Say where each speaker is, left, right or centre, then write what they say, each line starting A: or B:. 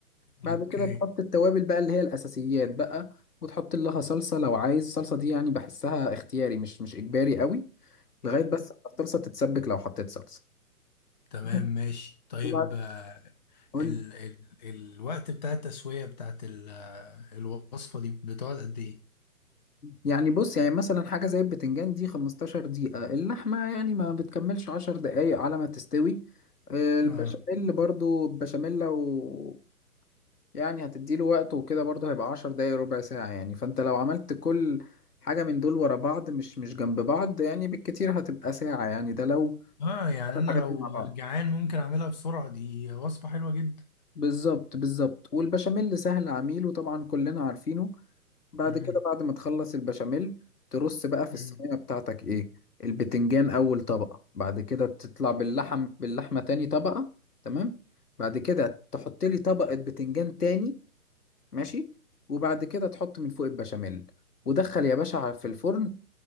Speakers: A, on the left; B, on the left.
A: بعد
B: اوكي
A: كده تحط التوابل بقى اللي هي الأساسيات بقى وتحط لها صلصة لو عايز الصلصة دي يعني بحسها اختياري مش مش إجباري قوي لغاية بس ما الصلصة تتسبك لو حطيت صلصة
B: تمام
A: <laughs>
B: ماشي طيب
A: وبعد
B: آه،
A: قول
B: ال ال الوقت بتاع التسوية بتاعت ال- آه، الوصفة دي بتقعد قد ايه؟
A: يعني بص يعني مثلا حاجة زي البتنجان دي 15 دقيقة اللحمة يعني ما بتكملش 10 دقايق على ما تستوي آه، البشاميل
B: اه
A: برضو البشاميل لو يعني هتديله وقت وكده برضو هيبقى 10 دقايق ربع ساعة يعني فانت لو عملت كل حاجة من دول ورا بعض مش مش جنب بعض يعني بالكتير هتبقى ساعة يعني ده لو
B: اه يعني
A: الحاجات
B: انا لو
A: دي مع بعض
B: جعان ممكن اعملها بسرعة دي وصفة حلوة جدا
A: بالظبط بالظبط والبشاميل سهل عميل وطبعا كلنا عارفينه بعد
B: مم.
A: كده بعد ما تخلص البشاميل ترص بقى في
B: مم.
A: الصينية بتاعتك ايه البتنجان اول طبقة بعد كده تطلع باللحم باللحمة تاني طبقة تمام بعد كده تحط لي طبقة بتنجان تاني ماشي وبعد كده تحط من فوق البشاميل ودخل يا باشا ع- في الفرن